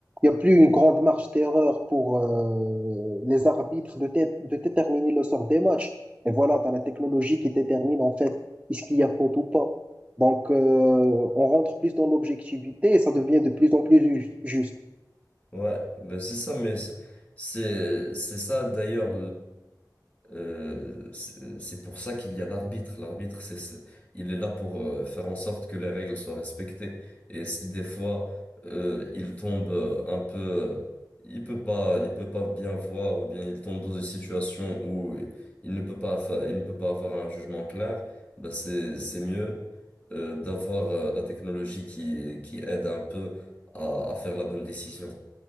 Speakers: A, on the right; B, on the left.
A: y a plus une grande marge d'erreur pour euh, les arbitres de, dé- de déterminer le sort des matchs. Et voilà, tu as la technologie qui détermine en fait est-ce qu'il y a faute ou pas. Donc, euh, on rentre plus dans l'objectivité et ça devient de plus en plus ju- juste.
B: Ouais, ben c'est ça, mais c'est c'est c'est ça d'ailleurs Euh, c'est c'est pour ça qu'il y a l'arbitre. L'arbitre, c'est, c'est- il est là pour euh, faire en sorte que les règles soient respectées. Et si des fois euh, il tombe euh, un peu, euh, il peut pas, il peut pas bien voir, ou bien il tombe dans une situation où il ne peut pas, fa- il ne peut pas avoir un jugement clair, bah c'est c'est mieux euh, d'avoir euh, la technologie qui qui aide un peu à à faire la bonne décision.